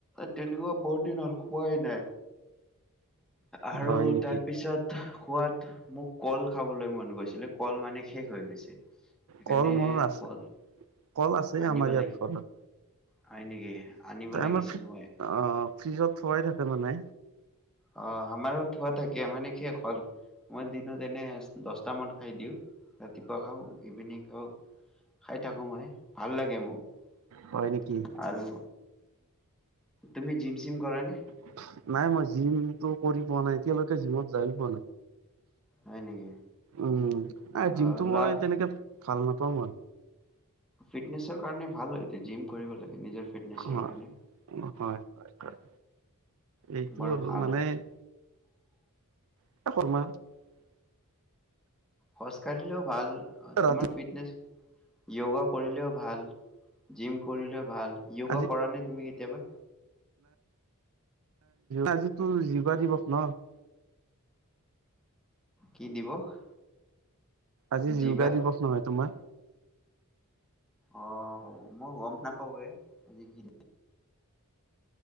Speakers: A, in the centre; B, on the right.
A: তেনেকুৱা বহুত দিন হ'ল খোৱাই নাই। আৰু
B: হয় নেকি
A: তাৰ পিছত খোৱাত মোক কল খাবলৈ মন গৈছিলে কল মানে শেষ হৈ গৈছে সেইকাৰণে
B: কল মল আছে।
A: কল
B: কল আছে
A: আনিব
B: আমাৰ ইয়াত।
A: লাগে
B: ঘৰত,
A: হয় নেকি আনিব লাগিছিল
B: আমাৰ <unintelligible>
A: মই।
B: অ' ফ্ৰিজত থোৱাই থাকে মানে।
A: অ', আমাৰো থোৱা থাকে মানে শেষ হ'ল। মই দিনত এনে দশটামান খাই দিওঁ, ৰাতিপুৱা খাওঁ, ইভিনিং খাওঁ। খাই থাকো মই ভাল লাগে মোক।
B: হয় নেকি
A: আৰু তুমি জিম চিম কৰা নে?
B: <unintelligible> নাই মই জিমটো কৰি পোৱা নাই এতিয়ালৈকে জিমত যায়ে পোৱা নাই।
A: হয় নেকি
B: উম এ
A: অ
B: জিমটো
A: লাষ্ট
B: মই তেনেকে ভাল নাপাওঁ মই।
A: ফিটনেছৰ কাৰণে ভাল হয় এতিয়া জিম কৰিব লাগে নিজৰ--। ফিটনেছৰ
B: অ',
A: কাৰণে
B: হয়, হয়, এইটো
A: বৰ
B: আৰু
A: ভাল
B: মানে--।
A: হয়।
B: <unintelligible>
A: খোজকাঢ়িলেও ভাল। অ'
B: ৰাতি
A: তোমাৰ ফিটনেছ--। য়োগা কৰিলেও ভাল, জিম কৰিলেও ভাল। য়োগা
B: আজি
A: কৰা নে তুমি কেতিয়াবা?
B: আজিতো যোগা দিৱস ন'!
A: কি দিৱস?
B: আজি
A: জিবা
B: যোগা দিৱস নহয় তোমাৰ।
A: অ। হাব মই গম নাপাব এ । আজ কি।